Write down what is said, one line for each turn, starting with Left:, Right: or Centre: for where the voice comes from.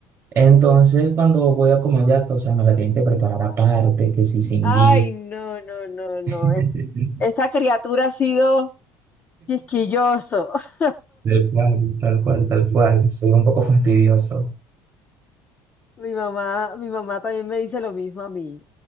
Right: Entonces, cuando voy a comer ya, o sea, me la tienen que preparar aparte, que si sin
Left: Ay,
Right: gui.
Left: no, no, no, no.
Right: <laughs>
Left: es- Esta criatura ha sido quisquilloso. <laughs>
Right: Tal cual, tal cual, tal cual. Soy un poco fastidioso.
Left: Mi mamá, mi mamá también me dice lo mismo a mí.